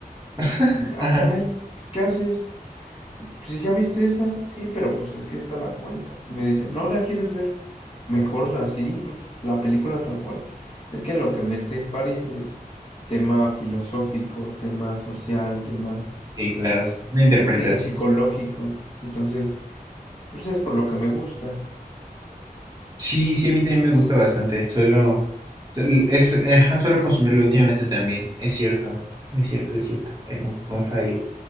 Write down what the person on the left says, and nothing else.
Y decía,
ah, caray, pues, ¿qué haces? pues ya viste esa, sí, pero pues es que esta la cuenta. Y me dice, no la quieres ver, mejor así, pues la película tal cual. Es que lo que mete Farid es tema filosófico, tema social, tema
es,
sí, psicológico. Entonces, pues es por lo que me gusta.